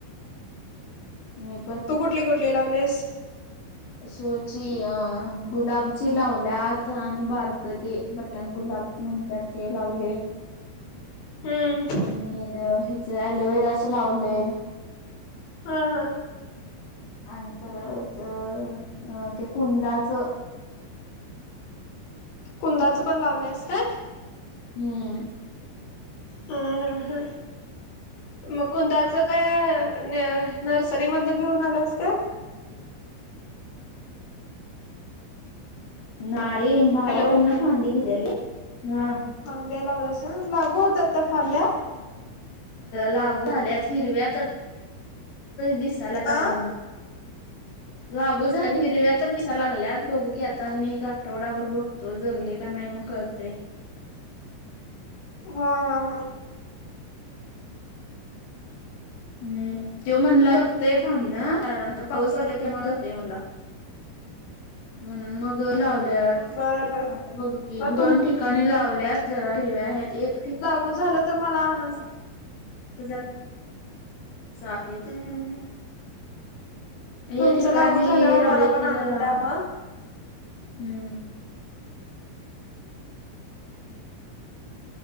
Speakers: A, on the left; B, on the left.
A: हम
B: तू कुठली कुठली लावलेस
A: शोची अ गुलाबची लावल्यात आणि बारक ते बटण गुलाब म्हणतात ते लावले
B: हम्म
A: आणि हेज अलोवेराच लावलेय
B: हा हा.
A: आणि परत अह ते कुंदाचं
B: कुंदाचं पण लावलंस का?
A: हम्म.
B: हम्म हम्म हम्म. मग कुंदा च काय न नर्सरी मधन घेऊन आलंस का?
A: नाही भावाकडनं
B: हॅलो
A: फांदीे दिलेली, हा.
B: फांद्या लावल्यासा, लागू होतात त्या फांद्या
A: लागू झाल्यात हिरव्या तर दिसाल्यात
B: आ
A: अजून
B: <unintelligible>
A: लागू झाली हिरव्या तर दिसा लागल्यात बघू की आता अजून एक आठवडाभर बघतो जगले का नाही मग कळतंय.
B: हा हा हा.
A: हम्म तो म्हणला जगतय फांडी ना कारण आता पाऊस पडलाय त्यामुळे जगतय म्हणाला
B: ह.
A: म्हणून मग लावल्यात.
B: बर बर
A: म्हटलं बघू की,
B: मग
A: दोन
B: तुम
A: ठिकाणी लावल्या जरा हिरव्या आहेत एक ठिका
B: म झालं तर मला आणून
A: <unintelligible>
B: हम्म तुमचं
A: एक ठिकाणी
B: लागू झाल्यावर
A: लावलीय
B: मला पण
A: ती
B: आणून
A: जरा
B: द्या
A: हम्म.
B: मग.
A: <unintelligible>